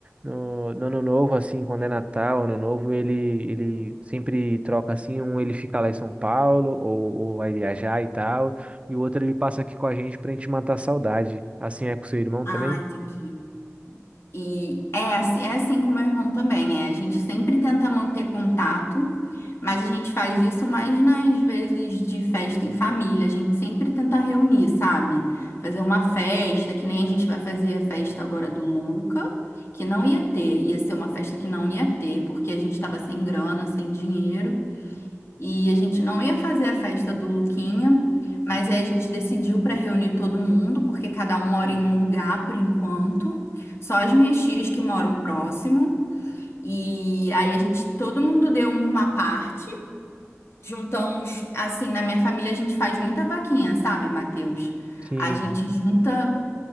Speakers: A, on the right; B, on the left.
A: No, no ano novo, assim, quando é Natal, ano novo, ele, ele sempre troca assim, um ele fica lá em São Paulo, ou, ou vai viajar e tal. E o outro ele passa aqui com a gente pra gente matar a saudade. Assim é com seu irmão
B: Ah,
A: também?
B: entendi. E é, assim- é assim com o meu irmão também, é. A gente sempre tenta manter contato, mas a gente faz isso mais nas vezes de festa em família. A gente sempre tenta reunir, sabe? Fazer uma festa, que nem a gente vai fazer a festa agora do Luca, que não ia ter, ia ser uma festa que não ia ter, porque a gente tava sem grana, sem dinheiro. E a gente não ia fazer a festa do Luquinha, mas aí a gente decidiu para reunir todo mundo, porque cada um mora em um lugar por enquanto. Só as minhas tias que moram próximo. E aí a gente, todo mundo deu uma parte. Juntamos, assim, na minha família a gente faz muita vaquinha, sabe, Matheus?
A: Sim,
B: A gente junta